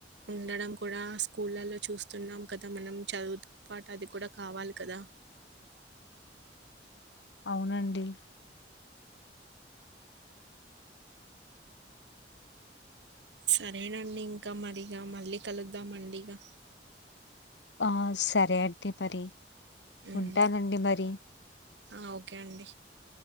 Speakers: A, on the right; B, on the left.
A: ఉండడం కూడా స్కూళ్ళలో చూస్తున్నాం కదా మనం చదువుతో పాటు అది కూడా కావాలి కదా
B: అవునండి
A: సరేనండి ఇంకా మరిగా మళ్ళీ కలుద్దామండిగా
B: ఆ స సరే అండి మరి
A: ఉమ్,
B: ఉంటానండి మరి
A: ఆ, ఓకే అండి